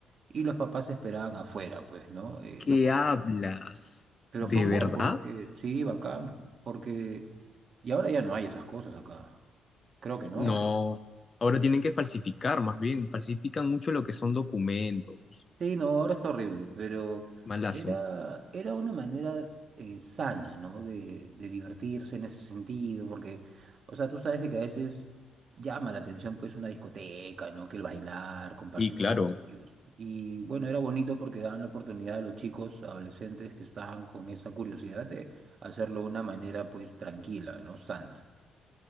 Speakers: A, on the right; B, on the left.
A: Y los papás esperaban afuera, pues, ¿no? Eh,
B: ¿Qué
A: no po-
B: hablas?
A: pero
B: ¿De
A: fue un
B: verdad?
A: boom porque, sí, bacán, porque... Y ahora ya no hay esas cosas acá. Creo que no.
B: No, ahora tienen que falsificar, más bien, falsifican mucho lo que son documentos.
A: Sí, no, ahora está horrible, pero
B: Malazo.
A: era, era una manera eh, sana, ¿no? De, de divertirse en ese sentido, porque, o sea, tú sabes de que a veces llama la atención pues una discoteca, ¿no? Que el bailar, compartir
B: Y claro,
A: con ellos. Y bueno, era bonito porque daban la oportunidad a los chicos adolescentes que estaban con esa curiosidad de hacerlo de una manera pues tranquila, ¿no? Sana.